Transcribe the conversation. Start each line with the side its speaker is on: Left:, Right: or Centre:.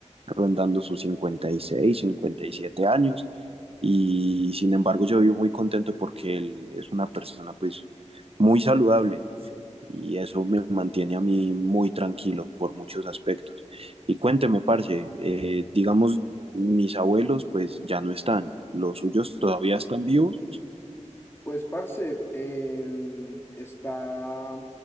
Right: rondando sus cincuenta cincuenta y seis cincuenta y siete años y sin embargo yo vivo muy contento porque él es una persona pues muy saludable y eso me mantiene a mí muy tranquilo por muchos aspectos. Y cuénteme, parce, eh, digamos, mis abuelos pues ya no están, los suyos todavía están vivos.
Left: Pues, parce, em, está,